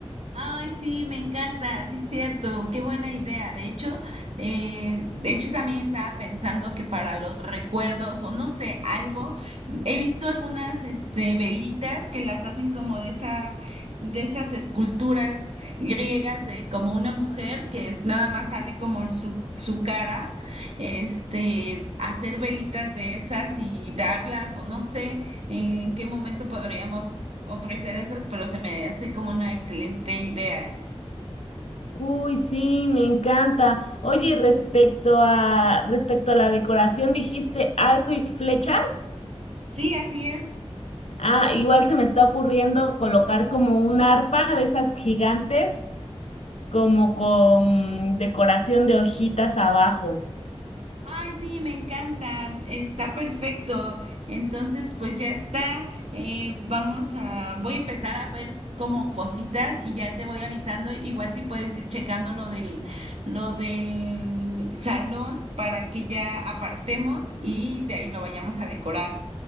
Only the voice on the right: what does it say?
Ay, sí, me encanta, sí es cierto, qué buena idea. De hecho, eh, de hecho también estaba pensando que para los recuerdos o no sé, algo, he visto algunas este velitas que las hacen como de esa de esas esculturas griegas de como una mujer que nada más sale como su su cara, este, hacer velitas de esas y darlas o no sé en qué momento podríamos ofrecer esas, pero se me hace como una excelente idea.
Sí, así es.
Ay, sí, me encantan. Está perfecto. Entonces, pues ya está. Eh, vamos a, voy a empezar a ver como cositas y ya te voy avisando. Igual si puedes ir checando lo del, lo del salón para que ya apartemos y de ahí lo vayamos a decorar.